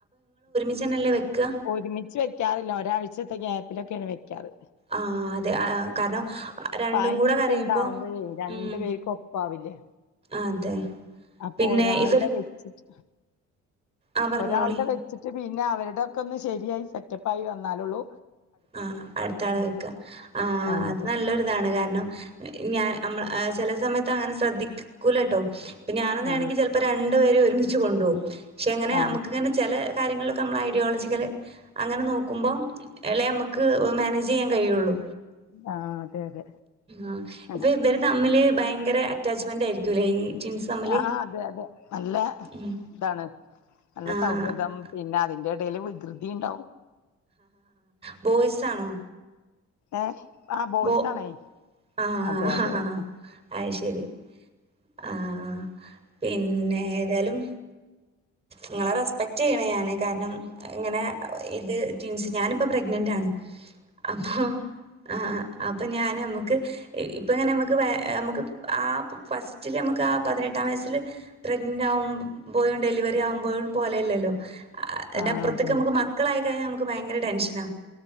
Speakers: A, on the right; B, on the left.
A: അച്ചനല്ലേ വയ്ക്കുക.
B: ഒരുമിച്ച് വെക്കാറില്ല. ഒരാഴ്ചത്തെ ഗ്യാപ്പിലൊക്കെയാണ് വെക്കാറ്.
A: ആഹ് അതെ, ആഹ്, കാരണം രണ്ടും
B: പനിയൊക്കെ
A: കൂടെ കരയുമ്പോ?
B: ഉണ്ടാവുമ്പഴേ രണ്ടു
A: ഉം
B: പേർക്കും ഒപ്പാവില്ലേ
A: അതെ
B: അപ്പൊ,
A: പിന്നെ
B: ഒരാളുടെ
A: ഇവര്
B: വെച്ചിട്ട്
A: ആഹ് പറഞ്ഞോളി
B: ഒരാളുടെ വെച്ച് ട്ട് പിന്നെ, അവരുടെയൊക്കെ ഒന്ന് ശരിയായി സെറ്റപ്പായി വന്നാലള്ളൂ.
A: ആഹ്, അടുത്ത ആൾ വെക്കുക. ആഹ്,
B: ആ
A: അത്
B: അതെ
A: നല്ലൊരിതാണ്. കാരണം ഞാൻ ഞമ്മ ള് ചില സമയത്ത് അങ്ങനെ ശ്രദ്ധിക്കുല കേട്ടോ? പിന്ന ഞാനൊന്ന
B: ആ
A: വണെങ്കിൽ രണ്ട് പേരേ ഒരുമിച്ച് കൊണ്ട്‌ പോകും. പക്ഷെ അങ്ങനെ
B: ആ
A: നമുക്കങ്ങനെ ചില കാര്യങ്ങളിലൊക്കെ നമ്മൾ ഐഡിയോളജിക്കൽ അങ്ങനെ നോക്കുമ്പോ? ഇളേ നമുക്ക് മാനേജ് ചെയ്യാൻ കഴിയുള്ളൂ.
B: ആഹ് അതെ അതെ
A: ആഹ്, ഇപ്പൊ
B: ആ
A: ഇവര് തമ്മില് ഭയങ്കര അറ്റാച്ച്മെന്റ് ആയിരിക്കും ല്ലേ? ഈ ട്വിൻസ് തമ്മില്
B: ആഹ്, അതെ അതെ, നല്ല
A: ഉം
B: ഇതാണ് നല്ല
A: ആഹ്
B: സൗഹൃദം. പിന്നെ അതിന്റെ ഇടയിൽ വികൃതിണ്ടാവും.
A: <inaudible> ബോയ്സ് ആണോ?
B: ഏഹ്, ആഹ് ബോയ്സാണ്.
A: ബോ ആഹ്
B: അതെ അതെ, അതെ.
A: അത് ശരി ആഹ്, പിന്നെ ഏതായാലും നിങ്ങളെ റേ സ്പെക്റ്റ് ചെയ്യണ ഞാൻ. കാരണം ഇങ്ങനെ ഇത്, ടീൻസ് ഞാനിപ്പോൾ പ്രഗ്നൻറ്ണ്. അപ്പൊ, ആഹ് അപ്പൊ ഞൻ നമക്ക്. ഇപ്പ, എങ്ങനെ നമുക്ക് വ നമുക്ക് ആഹ്, ഫസ്റ്റില് നമുക്ക് ആഹ്, പതിനെട്ടാം വയസ്സില് പ്രഗ്നന്റ് ആവുമമ്പോ, ഡെലിവറി ആവുമ്പോഴും പോലെയല്ല ല്ലോ? അതിന്റെപ്പുറത്തേക്ക്
B: ആഹ് അതെ
A: നമുക്ക്
B: അതെ
A: മക്കളായിക്കഴിഞ്ഞാൽ നമുക്ക് ഭയങ്കര ടെൻഷനാ